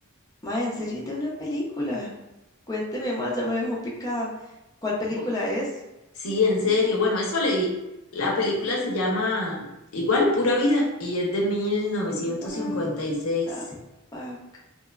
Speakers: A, on the left; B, on the left.
A: Ma, en serio, es de una película. Cuénteme más, ya me dejó picada. ¿Cuál película
B: Bu-
A: es?
B: Sí, en serio. Bueno, eso leí. La película se llama igual, Pura Vida, y es de 1956.
A: What the fuck?